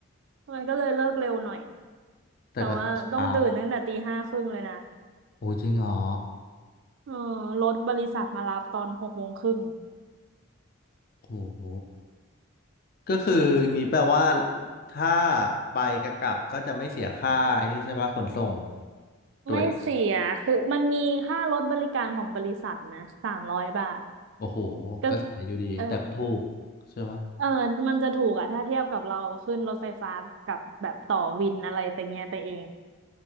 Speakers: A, on the right (about 60°); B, on the left (about 45°).
A: มันก็เลยเลิกเร็วหน่อย
B: แต่ก็เข้าเช้า
A: แต่ว่าต้องตื่นตั้งแต่ตีห้าครึ่งเลยนะ
B: โอ้จริงเหรอ
A: เออรถบริษัทมารับตอนหกโมงครึ่ง
B: โอ้โหก็คืองี้แปลว่าถ้าไปกับกลับก็จะไม่เสียค่าไอ้นี่ใช่ปะขนส่งตัวเอง
A: ไม่เสียคือมันมีค่ารถบริการของบริษัทนะสามร้อยบาท
B: โอ้โห
A: ก็
B: ก็เสียอยู่ดีแต่ก็ถูก
A: เออ
B: ใช่ไหม
A: เออมันจะถูกอะถ้าเทียบกับเราขึ้นรถไฟฟ้ากับแบบต่อวินอะไรแต่เงี้ยไปเอง